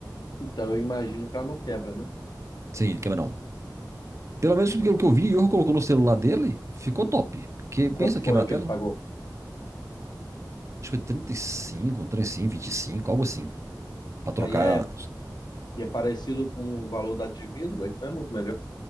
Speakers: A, on the left; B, on the right.
A: então eu imagino que ela não quebra, né?
B: Sim, quebra não. Pelo menos pelo que eu vi, o Iorgo colocou no celular dele, ficou
A: Hum.
B: top. Porque
A: E
B: pensa
A: quanto foi
B: quebrar a tela.
A: que ele pagou?
B: Acho que foi trinta trinta e e cinco, trinta e cinco, vinte e cinco, algo assim. Pra trocar.
A: Aí é, e é parecido com o valor da de vidro, então é muito melhor.